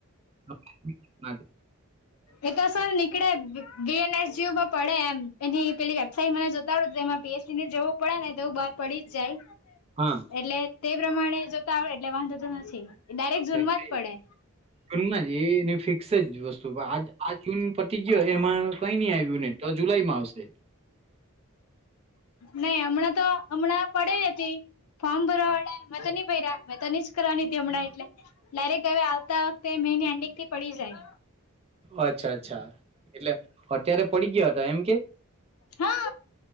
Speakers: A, on the right; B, on the left.
A: હ <unintelligible>
B: એ તોસલ નીકડ બી એનએસ જયુ માં પડે એમ એની પેલી વેબસાાઈટ મને જોતા આવડ એમાં પીએચડી ને જવું પડે ને તોવું બ પડી જ જાય
A: હા,
B: એટલે તે પ્રમાણે જોતા આવે એટલે વાંધો તો નથી. ડાયરેક્ટ
A: તો
B: ૂનવા
A: એ કઈ
B: જ પડે
A: જૂનમાં જ એ એની ફિક્સ વસ્તુ આૂન ગયો એમાં કઈ નઈ આવ્યું ને તો જુલાઈમાં આવશે.
B: નહી હમણાં તો હમણાં પડે ન હતી. ફોર્મ ભરવા વાળ્યા મેં તો નહ પ્યા મેં તો નઈ જ કરવાની હમણાં એટલે ડાયરેક્ટ હવે આવતા વખતે નીંડક થી પડી જાય.
A: અચ્છા અચ્છા એટલે અત્યારે પડી ગયા હતા એમ કે
B: હા